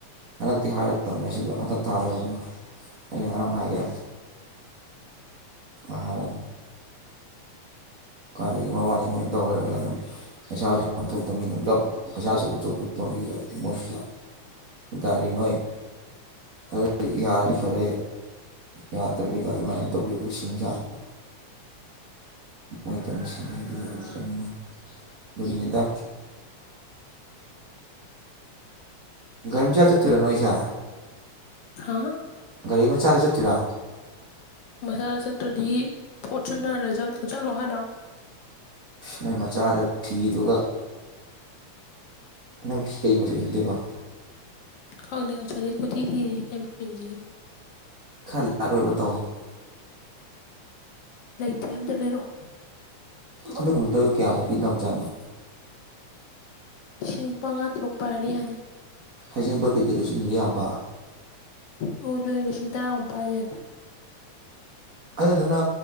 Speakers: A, on the right; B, on the left.
A: ꯍꯟꯗꯛꯇꯤ ꯍꯥꯏꯔꯗꯕꯅꯦ ꯁꯤ ꯍꯟꯗꯛ ꯊꯥꯔꯣꯏꯕꯅ ꯑꯩꯅ ꯉꯔꯥꯡ ꯍꯥꯏꯒꯦ ꯑ ꯀꯥꯏꯗꯒꯤ ꯃꯃꯥꯡꯗꯒꯤꯗꯒꯤꯝ ꯇꯧ ꯂꯩꯔꯒ ꯑꯗꯨꯝ ꯄꯩꯁꯥꯁꯨ ꯌꯥꯝ ꯊꯣꯛꯇꯅꯤꯅ ꯄꯨꯂꯞ ꯄꯩꯁꯥꯁꯨꯧꯧꯕꯆꯧ ꯄꯨꯊꯣꯛꯅꯔꯤꯒꯗꯤ ꯃꯣꯏ ꯄꯨꯂꯞ ꯇꯔꯤ ꯅꯣꯏ ꯑꯗꯨ ꯌꯥꯔꯗꯤ ꯐꯔꯦ ꯌꯥꯗ꯭ꯔꯗꯤ ꯀꯥꯏ ꯃꯌꯥꯝ ꯇꯧꯔ ꯑꯩꯈꯣꯏ ꯁꯤꯡꯁꯗ꯭ꯔꯅ ꯃꯣꯏ ꯇꯧꯃꯤꯁ ꯍꯥꯏꯗꯤ ꯌꯧꯔꯔꯕꯅꯤꯅ ꯑꯗꯨꯒꯤꯅꯦꯗ ꯒꯟꯖꯥ ꯆ ꯇꯤꯔꯅꯣꯖ
B: ꯍꯥꯥ
A: ꯒꯥꯔꯤ ꯃꯆꯥꯗ ꯆꯠꯇꯣꯏꯔꯥ
B: ꯃꯆꯥꯗ ꯆꯠꯇ꯭ꯔꯗꯤ ꯐꯣꯔꯆꯨꯅꯔꯗ ꯆꯠꯂꯣ ꯍꯥꯢꯔꯣ
A: ꯅꯣꯏ ꯃꯆꯥꯗ ꯐꯤꯗꯨꯒ ꯅꯪ ꯐꯤ ꯀꯩ ꯃꯆꯨ ꯏꯟꯗꯣꯏꯕ
B: ꯈꯪꯗꯦ ꯉꯥꯁꯥꯏꯗꯩ ꯀꯣꯏꯊꯤ ꯊꯤꯔꯤ
A: ꯈꯔ ꯂꯥꯠꯣꯏꯕ ꯇꯧꯋꯣ <inaudible>
B: ꯂꯩꯇꯦ ꯑꯝꯇ ꯂꯩꯔꯛꯑꯣ
A: ꯑꯗꯨꯒꯨꯝꯕꯗꯣ ꯀꯌꯥꯃꯨꯛ ꯄꯤꯅꯕꯆꯥꯠꯅꯣ
B: ꯂꯤꯁꯤꯡ ꯃꯉꯥ ꯇꯔꯨꯛ ꯄꯥꯏꯔꯗꯤ ꯌꯥꯅꯤ
A: ꯍꯩꯖꯦꯡꯕꯣꯠ ꯀꯩꯀꯩꯗꯁꯨ ꯏꯟꯕ ꯌꯥꯕ
B: ꯑꯣ ꯑꯗꯨꯅ ꯂꯤꯁꯤꯡ ꯇꯔꯥꯃꯨꯛ ꯄꯥꯏ ꯌꯥꯅꯤ
A: ꯑꯗꯨꯗꯨꯅ